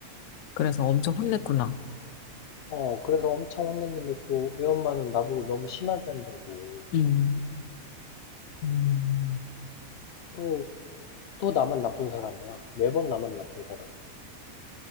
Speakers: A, on the left (about 85°); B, on the left (about 60°).
A: 그래서 엄청 혼냈구나.
B: 어, 그래서 엄청 혼냈는데 또 애 엄마는 나보고 너무 심하게 한다고.
A: 음, 음.
B: 또, 또 나만 나쁜 사람이야. 매번 나만 나쁜 사람이야.